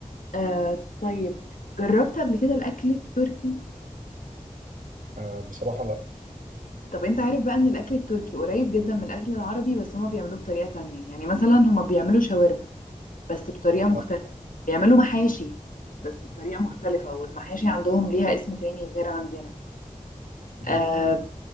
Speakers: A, on the left (about 75°); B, on the right (about 75°).
A: آه طيب جربت قبل كده الاكل التركي
B: آه، بصراحة لا
A: طب انت عارف بقى ان الاكل التركي قريب جدا من الاكل العربي بس هما بيعملوه بطريقه تانية يعني مثلا هما بيعملوا شاورما بس بطريقه مختلفه
B: آه،
A: بيعملوا محاشي بس بطريقه مختلفه والمحاشي عندهم ليها اسم تاني غير عندنا
B: مم.
A: آه